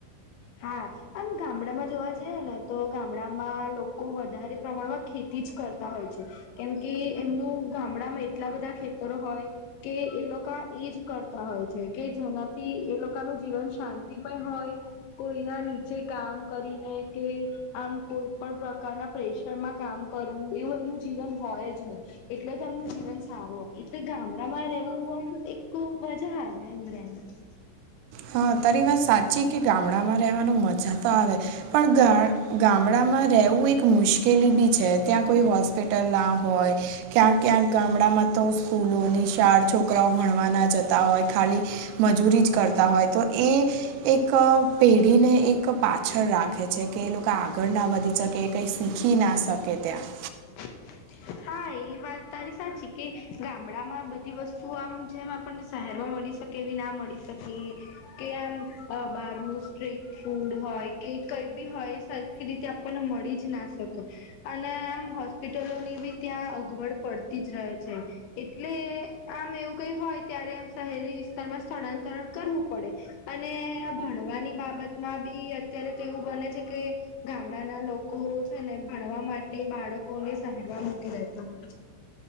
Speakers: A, on the left (about 75°); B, on the right (about 85°).
A: હા આમ ગામળામાં જોવા જિએ ને તો ગામળામાં લોકો વધારે પ્રમાણમાં ખેતી જ કરતા હોય છે કેમ કે એમનું ગામળામાં એટલા બધા ખેતરો હોય કે એ લોકા એ જ કરતા હોય છે કે જેનાથી એ લોકાનું જીવન શાંતિમય હોય કોઈના નીચે કામ કરીને કે આમ કોય પણ પ્રકારના પ્રેશરમાં કામ કરવું એવું એમનું જીવન હોય જ નય એટલે તો એમનું જીવન સારું હો, એટલે ગામળામાં રેવું અમ એક મજા આવે એમ રેવાની.
B: હ તારી વાત સાચી કે ગામળામાં રેવાનું મજા તો આવે પણ ગા ગામળામાં રેવું એક મુશ્કેલી બી છે ત્યાં કોઈ હોસ્પિટલ ના હોય ક્યાંક ક્યાંક ગામળામાં તો સ્કૂલો નિશાળ છોકરાઓ ભણવા ના જતા હોય ખાલી મજૂરી જ કરતા હોય તો એ એક અ પેઢીને એક પાછળ રાખે છે કે એ લોકા આગળ ના વધી શ કે કઈ શીખી ના શકે ત્યાં.
A: <inaudible> હા ઈ વાત તારી સાચી કે ગામળામાં બધી વસ્તુ આમ જેમ આપણને શેહેરમાં મળી શ કે એવી ના મળી શકે કે આમ અ બાર નું સ્ટ્રીટ ફૂડ હોય કે કઈ બી હોય એ સરખી રીતે આપણને મળી જ ના શકે અને આમ હોસ્પિટલોની બી ત્યાં અગવડ પળતી જ રહે છે એટલે આમ એવું કઈ હોય ત્યારે આમ શહેરી વિસ્તારમાં સ્થળાંતરણ કરવું પડે. અને આ ભણવાની બાબતમાં બી અત્યારે તો એવું બને છે કે ગામળાના લોકો છે ને ભણવા માટે બાળકોને શેહેરમાં મૂકી દેતા હોય છે.